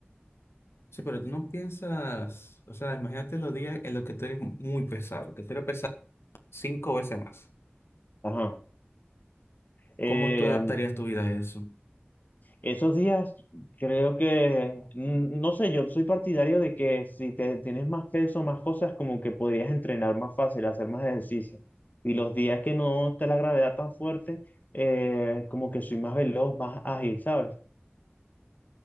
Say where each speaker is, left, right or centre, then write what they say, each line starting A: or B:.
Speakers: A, on the left; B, on the left.
A: Sí, pero tú no piensas, o sea, imagínate los días en los que tú eres muy pesado, que tú eres pesado cinco veces más.
B: Ajá. Eh,
A: ¿Cómo tú adaptarías tu vida a eso?
B: esos días, creo que, mm, no sé, yo soy partidario de que si te tienes más peso, más cosas, como que podrías entrenar más fácil, hacer más ejercicio. Y los días que no esté la gravedad tan fuerte, eh, como que soy más veloz, más ágil, ¿sabes?